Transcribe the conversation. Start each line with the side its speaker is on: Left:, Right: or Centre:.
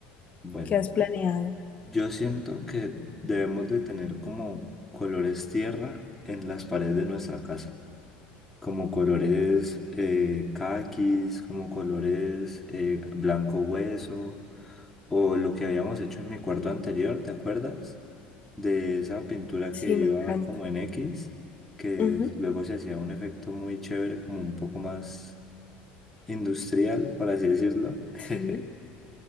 Centre: Bueno,
Left: ¿Qué has planeado?
Centre: yo siento que debemos de tener como colores tierra en las paredes de nuestra casa. como colores eh, caquis, como colores eh, blanco hueso, o lo que habíamos hecho en mi cuarto anterior, ¿te acuerdas? De esa pintura
Left: Sí,
Centre: que iba
Left: me encanta.
Centre: como en X, que
Left: Ujú,
Centre: luego se hacía un efecto muy chévere, como un poco más industrial, por así decirlo. <laughs>
Left: Sí.